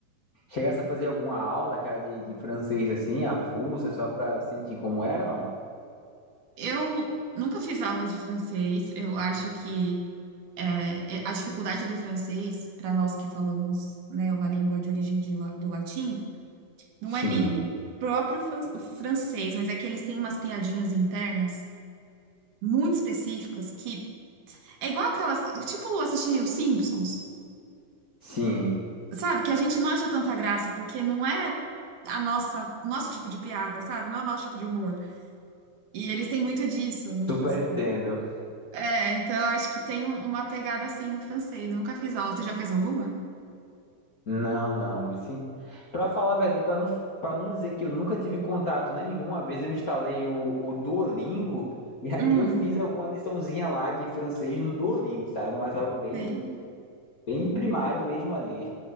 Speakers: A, on the left (about 60°); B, on the right (about 65°).
A: chegasse a fazer alguma aula já de, de francês assim, avulsa, só pra sentir como era, não?
B: Eu nunca fiz aula de francês. Eu acho que é, é- a dificuldade do francês, para nós que falamos, né, uma língua de origem de la- do latim, não
A: Sim,
B: é nem o próprio fran- o francês, mas é que eles têm umas piadinhas internas muito específicas que é igual aquelas, tipo, assistir os Simpsons.
A: sim,
B: Sabe, que a gente não acha tanta graça, porque não é a nossa, nosso tipo de piada, sabe? Não é o nosso tipo de humor. E eles têm muito disso no
A: super
B: francês.
A: entendo.
B: É, então eu acho que tem um- uma pegada assim no francês. Eu nunca fiz aula. Você já fez alguma?
A: Não, não, Vici. Pra falar a verdade, pra não, para não dizer que eu nunca tive contato nenhum, uma vez eu instalei o, o Duolingo e aí
B: Hum,
A: eu fiz alguma liçãozinha lá de francês no Duolingo, sabe? Mas algo bem,
B: sei.
A: bem primário mesmo ali.